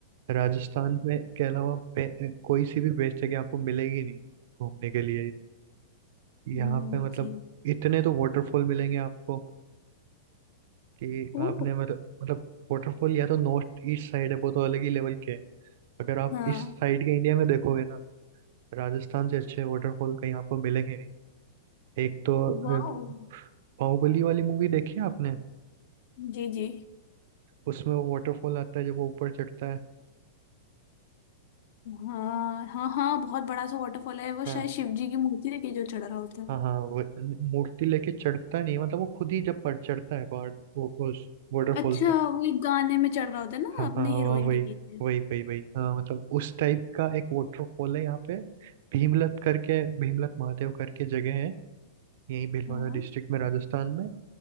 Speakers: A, on the right; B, on the left.
A: राजस्थान में के अलावा बे- कोई सी भी बेस्ट जगह आपको मिलेगी नहीं घूमने के लिए यहाँ
B: हम्म,
A: पे मतलब
B: जी
A: इतने तो वाटरफॉल मिलेंगे आपको कि
B: ओ
A: आपने मतलब मतलब वाटरफॉल या तो नॉर्थ ईस्ट साइड है वो तो अलग ही लेवल के है अगर आप
B: हाँ
A: इस साइड के इंडिया में देखोगे ना राजस्थान से अच्छे वाटरफॉल कहीं आपको मिलेंगे नहीं एक तो
B: वाह
A: अ, बाहुबली वाली मूवी देखी है आपने
B: जी जी
A: उसमें वो वाटरफॉल आता है जब वो ऊपर चढ़ता है
B: हाँ हाँ हाँ बहुत बड़ा सा वाटरफॉल है वो
A: हाँ
B: शायद शिव जी की मूर्ति लेके जो चढ़ रहा होता है
A: हाँ हाँ वो न- मूर्ति लेके चढ़ता नहीं है, मतलब वो खुद ही जब पर चढ़ता है पहाड़ वो उस वाटरफॉल
B: अच्छा
A: पे
B: वो एक गाने में चढ़ रहा होता है ना
A: हाँ
B: अपने
A: हाँ वहाँ
B: हीरोइन
A: वही
B: के पीछे
A: वही वही वही हाँ मतलब उस टाइप का एक वाटरफॉल है यहाँ पे भीमलत करके भीमलत महादेव करके जगह है यही भीलवाड़ा
B: हाँ
A: डिस्ट्रिक्ट में राजस्थान में